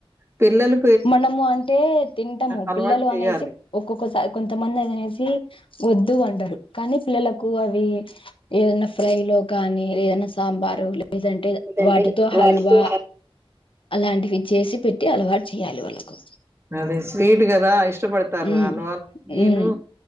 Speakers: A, on the right (about 25°); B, on the left (about 60°).
A: పిల్లలు
B: మనము అంటే తింటాము
A: అలవాటు
B: పిల్లలు
A: చేయాలి.
B: అనేసి ఒక్కొక్కసారి కొంతమంది అనేసి వద్దు అంటరు కానీ పిల్లలకు అవి ఏదన్నా ఫ్రై లో కానీ ఏదైనా సాంబారు లేదంటే
A: లేదంటే
B: వాటితో హల్వా
A: వాటితో హ
B: అలాంటివి చేసి పెట్టి అలవాటు చెయ్యాలి వాళ్లకు
A: అదే స్వీట్ కదా ఇష్టపడతారు
B: ఉమ్
A: హల్వాలు కిను
B: ఉమ్